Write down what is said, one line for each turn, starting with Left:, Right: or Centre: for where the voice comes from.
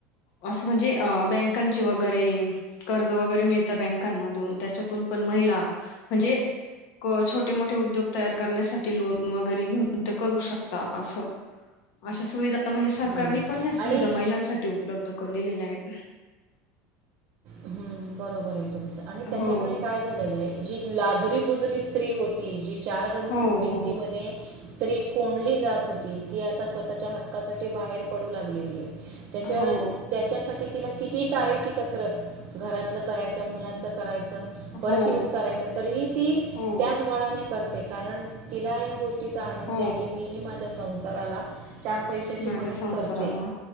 Left: असं म्हणजे अ बँकांची वैग- रे, कर्ज वगैरे मिळत बँकमधून त्याच्यातून पण महिला म्हणजे- क, छोटे मोठे उद्योग तयार करण्यासाठी लोन वगैरे, घेऊन ते करू शकता असं. अशा सुविधा म्हणजे सरकारने
Right: हम्म.
Left: पण या सुविधा
Right: आणि
Left: महिलांसाठी उपलब्ध करून दिलेल्या आहेत.
Right: हम्म बरोबर आहे तुमचं, आणि त्याच्यामुळे
Left: हो
Right: काय झालेलं आहे जी लाजरी बुजरी स्त्री होती, जी चार बंद
Left: हो
Right: भिंतीमध्ये
Left: हो
Right: स्त्री कोंडली जात होती, ती आता स्वतःच्या हक्कासाठी बाहेर पडू लागलेली आहे. त्याच्यावर,
Left: हो
Right: त्याच्यासाठी तिला किती तारेची कसरत. घरातल करायच, मुलांच करायचं, परत
Left: हो
Right: येऊन करायचं. तरीही ती,
Left: हो
Right: त्याच बळाने करते कारण तिला या गोष्टीचा आनंद
Left: हो
Right: आहे की, मी ही माझ च्या संसाराला. चार पैशाची
Left: माझ्या
Right: मदत
Left: संसाराला.
Right: करते,